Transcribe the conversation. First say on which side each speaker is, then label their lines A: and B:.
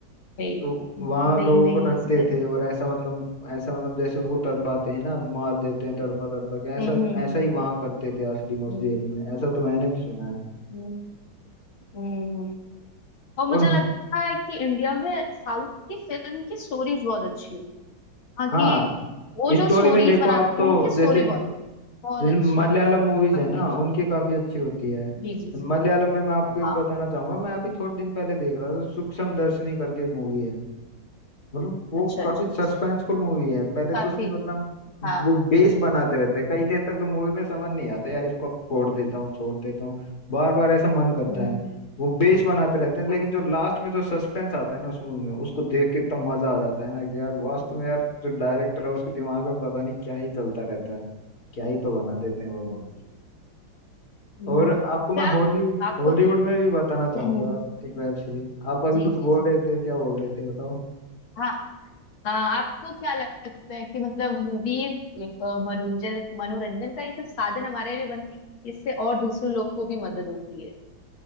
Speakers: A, on the left; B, on the left.
A: वही
B: तो वहाँ
A: वही
B: लोगों
A: वही
B: को रखते
A: इस पे-
B: थे और ऐसा मतलब ऐसा मतलब जैसे उनको तड़पाते हैं ना मार देते हैं तड़पा तड़पा के ऐसा
A: हम्म हम्म
B: ऐसा ही वहाँ करते थे असली में उस
A: हम्म
B: जेल में ऐसा तो मैंने भी सुना है
A: हम्म, हम्म। हम्म, हम्म। और मुझे
B: और
A: लगता है कि इंडिया में साउथ की फिल्म की स्टोरीज बहुत अच्छी होती है हाँ कि
B: हाँ
A: वो जो
B: स्टोरी
A: स्टोरीज
B: में देखो
A: बनाते
B: आप तो
A: उनकी स्टोरी
B: जैसे
A: बहुत बहुत
B: जैसे
A: अच्छी
B: मलयालम
A: होती है
B: मूवीज
A: काफी
B: है ना
A: अच्छी
B: उनकी काफी अच्छी होती है
A: जी जी जी
B: मलयालम में मैं आपको एक
A: हाँ
B: बताना चाहूंगा मैं अभी थोड़े दिन पहले देख रहा था सूक्ष्म दर्शनी करके एक मूवी है मतलब वो
A: अच्छा
B: काफी
A: अच्छा अच्छा
B: सस्पेंसफुल मूवी है पहले
A: काफी
B: तो उसमें मतलब
A: हाँ
B: वो बेस बनाते रहते हैं कई देर तक तो मूवी में समझ नहीं आता यार इसको अब छोड़ देता हूँ छोड़ देता हूँ बार बार ऐसा मन करता
A: हम्म
B: है वो बेस बनाते रहते हैं लेकिन
A: हाँ
B: जो लास्ट में जो सस्पेंस आता है ना उस मूवी में उसको देख के इतना मजा आ जाता है ना कि यार वास्तव में यार जो डायरेक्टर है उसके दिमाग में पता नहीं क्या ही चलता रहता है क्या ही तो बना देते हैं वो
A: जी
B: लोग
A: जी हम्म,
B: और आपको
A: क्या
B: मैं हॉलीवुड
A: आपको
B: हॉलीवुड में भी बताना चाहूंगा
A: हम्म,
B: एक वेब सीरीज आप अभी
A: जी
B: कुछ
A: जी
B: बोल
A: जी
B: रहे थे क्या बोल रहे थे बताओ
A: हाँ आ, आपको क्या लगता है कि मतलब मूवीज एक अ, मनोरंजन मनोरंजन का एक साधन हमारे लिए बनते हैं इससे और दूसरे लोग को भी मदद होती है